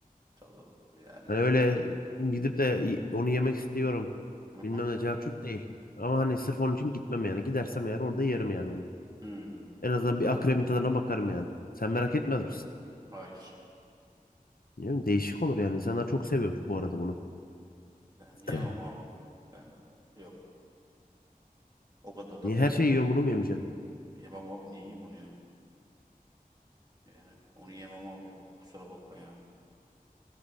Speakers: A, on the right; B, on the left.
A: tadı yani
B: Hani
A: yok.
B: öyle gidip de y- onu yemek istiyorum.
A: Hı hı.
B: Bilmem ne cahçurt değil. Ama hani sırf onun için gitmem yani. Gidersem eğer orada yerim yani onu.
A: Hmm,
B: En azından bir akrebin tadına bakarım yani. Sen merak
A: yok.
B: etmez misin?
A: Hayır.
B: Ne bileyim, Değişik olur yani. İnsanlar çok seviyormuş bu arada bunu. <laughs>
A: Ben yemem
B: Evet.
A: abi. Ben yok. O kadar da
B: Niye
A: değil
B: her şeyi yiyorsun
A: ya.
B: bunu mu yemeyeceksin?
A: Yemem abi. Niye yiyeyim onu ya? Yani onu yemem abi. Yok. Kusura bakma ya.